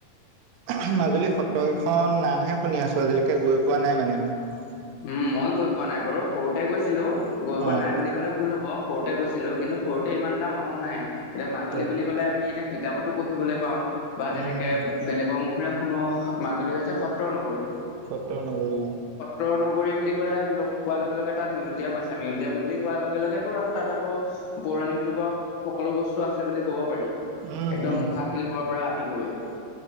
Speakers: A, on the right; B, on the left.
A: অহ মাজুলী সত্ৰকেইখন নামহে শুনি আছো, আজিলৈকে গৈ পোৱা নাই মানে মই।
B: উম, মই গৈ পোৱা নাই বাৰু সৰুতে গৈছিলোঁ, গৈ পোৱা
A: অ',
B: নাই বুলি ক'লে ভুল হ'ব। সৰুতে গৈছিলোঁ, কিন্তু সৰুতে ইমান এটা মনত নাই, এতিয়া মাজুলী
A: তাকে
B: বুলি ক'লে আমি এতিয়া কিতাপতো পঢ়িবলৈ পাওঁ, বা তেনেকে
A: উম,
B: বেলেগৰ মুখেৰে শুনোঁ, মাজুলী হৈছে সত্ৰৰ নগৰী।
A: সত্ৰৰ নগৰী অ'।
B: সত্ৰৰ নগৰী বুলি ক'লে কোৱাৰ লগে, লগে তাত মিউজিয়াম আছে, মিউজিয়াম বুলি কোৱাৰ লগে, লগে তোৰ আকৌ তাত আকৌ পৌৰাণিক যুগৰ সকলো বস্তু আছে বুলি ক'ব পাৰি।
A: উম,
B: একদম
A: উম।
B: মুখা শিল্পৰ পৰা আদি কৰি।